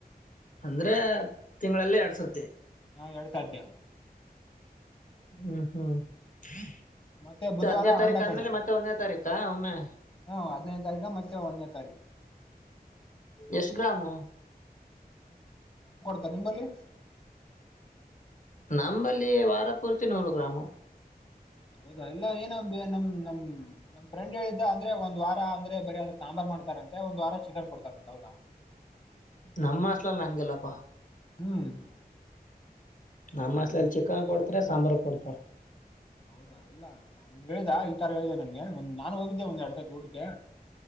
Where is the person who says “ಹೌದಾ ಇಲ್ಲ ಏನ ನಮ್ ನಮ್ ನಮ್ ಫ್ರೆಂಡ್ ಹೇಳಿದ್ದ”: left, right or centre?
Left